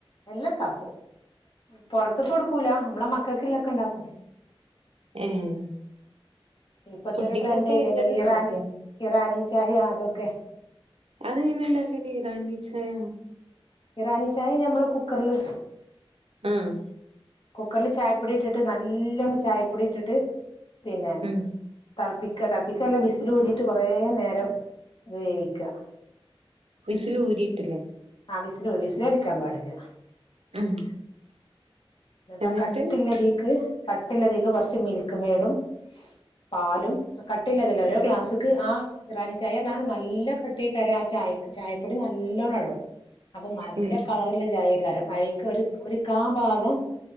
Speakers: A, on the left (about 55°); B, on the right (about 85°).
A: എല്ലം ഇണ്ടാക്കും പൊറത്ത്ക്കൊടുക്കൂല നമ്മളെ മക്കൾക്ക് ല്ലൊക്കെ ഇണ്ടാക്കും
B: ഏഹ്
A: ഇപ്പത്തെ
B: പുഡിങ്ങൊക്കെ
A: ഒരു ട്രെൻഡേനിയല്ലോ
B: എല്ലതും
A: ഇറാനി
B: ഉണ്ടാക്കോ
A: ഇറാനി ചായ അതൊക്കെ
B: അതെങ്ങനെ ഇണ്ടാക്കൽ ഇറാനീ ചായ
A: ഇറാനി ചായ നമ്മളെ കുക്കർല്
B: ആഹ്
A: കുക്കർല് ചായപ്പൊടി ഇട്ടിട്ട് നല്ലോണം ചായപ്പൊടി ഇട്ടിട്ട് പിന്നെ
B: ഉം
A: തൾപ്പിക്ക തൾപ്പിക്കല്ല വിസിൽ ഊതിട്ട് കേറേനേരം വേവിക്ക
B: വിസില് ഊരിട്ട്ല്ലേ
A: ആഹ് വീസില് ഊ വിസില് അടിക്കാൻ പാടില്ല
B: ഉം
A: ഇന്ന്ട്ടാ
B: എന്നിട്ട്
A: കട്ടില്ല ദീ ക്ക് കട്ടിള്ളതീക്ക് കൊറച്ച് മിൽക്ക് മേടും പാലും കട്ടില്ലതല്ല ഓരോ ക്ലാസ് ക്ക് ആ ഇറാനി ചായ പറഞ്ഞാ നല്ല കട്ട്യേകാരം ആ ചായക് ചായപ്പൊടി നല്ലോണടും അപ്പൊ നല്ല
B: ഉം
A: കളറ്ള്ള ചായെയ്ക്കാരം അയിക്ക് ഒരു ഒര് കാ ഭാഗം